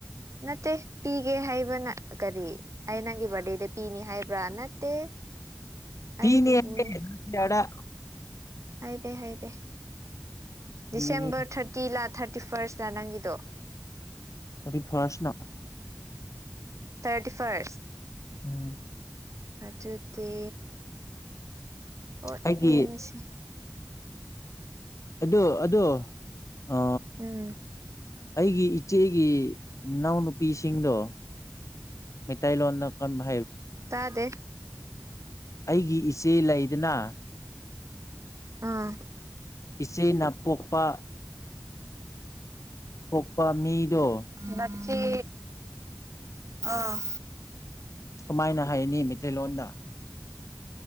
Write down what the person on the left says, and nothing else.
ꯄꯤꯅꯦ
ꯅꯦꯛꯁ ꯌꯥꯔꯗ
ꯄꯤꯅꯤ
ꯊꯥꯔꯇꯤ ꯐ꯭ꯔꯁ ꯅ
ꯎꯝ
ꯑꯩꯒꯤ
ꯑꯗꯨ ꯑꯗꯨ ꯑ
ꯑꯩꯒꯤ ꯏꯆꯦꯒꯤ ꯏꯅꯥꯎꯅꯨꯄꯤꯁꯤꯡꯗꯣ ꯃꯩꯇꯩ ꯂꯣꯟꯗ ꯀꯃ
ꯑꯩꯒꯤ ꯏꯆꯦ ꯂꯩꯗꯅ
ꯏꯆꯦ ꯅ ꯄꯣꯛꯄ ꯄꯣꯛꯄ ꯃꯤꯗꯣ
ꯀꯃꯥꯏꯅ ꯍꯥꯢꯅꯤ ꯃꯩꯇꯩꯂꯣꯟꯗ